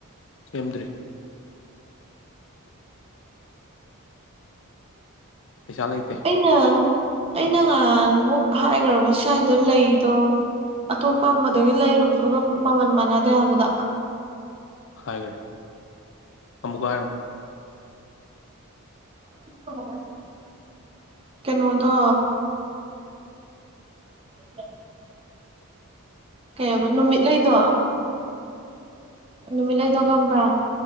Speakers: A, on the left (about 60°); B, on the right (about 25°).
A: ꯁꯦꯝꯗ꯭ꯔꯤ꯫ ꯄꯩꯁꯥ ꯂꯩꯇꯦ
B: ꯑꯩꯅ ꯑꯩꯅ ꯉꯍꯥꯟꯃꯨꯛ ꯍꯥꯏꯈ꯭ꯔꯕ ꯁ꯭ꯋꯥꯏꯗ ꯂꯩꯗꯣ ꯑꯇꯣꯞꯄ ꯑꯃꯗꯒꯤ ꯂꯩꯔꯨꯕꯗꯨꯒ ꯃꯃꯜ ꯃꯥꯟꯅꯗꯦ ꯍꯥꯏꯕꯗꯣ
A: ꯍꯥꯏꯒꯔ꯭ꯦ ꯑꯃꯨꯀ ꯍꯥꯏꯔꯣ
B: <unintelligible> ꯀꯩꯅꯣꯗꯣ <inaudible> ꯀꯩꯑꯕ ꯅꯨꯃꯤꯠꯂꯩꯗꯣ ꯅꯨꯃꯤꯠꯂꯩꯗꯣ ꯈꯪꯕ꯭ꯔꯥ